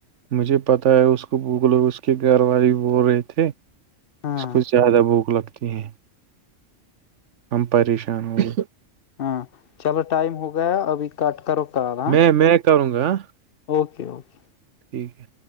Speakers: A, on the right; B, on the left.
A: مجھے پتہ ہے اس کو بوگلو اس کے گھر والے بول رہے تھے
B: ہاں
A: اس کو زیادہ بھوک لگتی ہے ہم پریشان ہونگے
B: ہاں چلو ٹائم ہو گیا ابھی کٹ کرو کال ہاں
A: میں میں کروں گا ہاں؟
B: اوکے اوکے
A: ٹھیک ہے